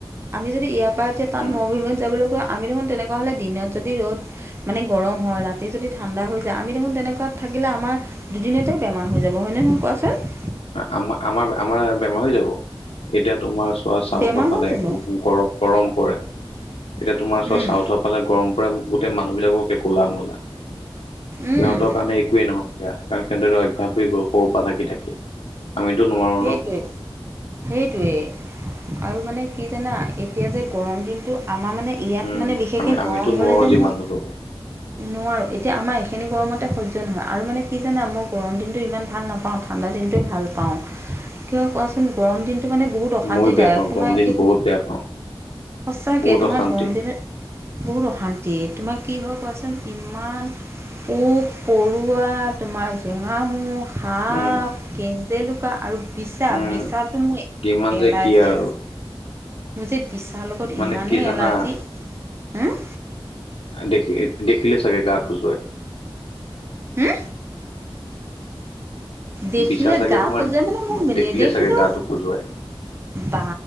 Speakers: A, on the right; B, on the left.
A: আমি যদি ইয়াৰ পৰা এতিয়া তাত
B: উম
A: মৰুভূমিত যাবলৈ গৈ আমি দেখোন তেনেকুৱা হ'লে দিনত যদি ৰ'দ মানে গৰম হয়। ৰাতি যদি ঠাণ্ডা হৈ যায় আমি দেখোন তেনেকুৱাত থাকিলে আমাৰ দুদিনতে বেমাৰ হৈ যাব। হয়নে নহয় কোৱাচোন?
B: আমাৰ আমাৰ আমাৰ বেমাৰ হৈ যাব। এতিয়া তোমাৰ পুৰা চাউথৰ
A: বেমাৰ
B: ফালে
A: হৈ যাব
B: গৰম গৰম পৰে। এতিয়া তোমাৰ চোৱা
A: উম,
B: চাউথৰ ফালে গৰম পৰে গোটেই মানুহবিলাকো একে ক'লা মোলা। সিহঁতৰ
A: উম,
B: কাৰণে একোৱেই নহয় সেয়া। কাৰণ সিহঁতৰটো অভ্যাস হৈ গ'ল সৰুৰ পৰা থাকি থাকি। আমিতো নোৱাৰো।
A: সেইটোৱে।
B: ন
A: সেইটোৱেই আৰু মানে কি জানা এতিয়া যে গৰম দিনটো আমাৰ মানে ইয়াত
B: উম
A: মানে বিশেষকে
B: আমি আমিতো
A: গৰম
B: নোৱাৰো
A: হ'লে যে
B: যিমান
A: মোৰ
B: হলেও
A: নোৱাৰো। এতিয়া আমাৰ এইখিনি গৰমতে সহ্য নহয় আৰু মানে কি জানা মই গৰম দিনটো ইমান ভাল নাপাওঁ। ঠাণ্ডা দিনটোৱে ভাল পাওঁ। কিয় কোৱাচোন গৰম দিনটো মানে বহুত অশান্তিদায়ক,
B: ময়ো বেয়া পাওঁ
A: তোমাৰ
B: গৰম দিন
A: কি,
B: বহুত বেয়া পাওঁ
A: সচাকে
B: বহুত
A: তোমাৰ
B: অশান্তি
A: গৰম দিনত বহুত অশান্তি। তোমাক কি হয় কোৱাচোন ইমান পোক-পৰুৱা, তোমাৰ জোঙামু, সাপ,
B: উম
A: কে কেঞ্জেলুকা আৰু বিছা,
B: উম
A: বিছাটো মোৰ
B: কিমান যে
A: এলাৰ্জি
B: কি আৰু
A: আছে। মোৰ যে বিচাৰ লগত
B: মানে
A: ইমানেই
B: কি জানা
A: এলাৰ্জি, হুম?
B: দেখি- লদেখিলে চাগে গা খোজুৱাই।
A: হম? দেখিলে
B: বিছা চাগে
A: গা
B: তোমাৰ
A: খজুৱাই মানে মোক
B: দেখিলে
A: নেদেখিলেও
B: চাগে গাটো খজুৱাই
A: বা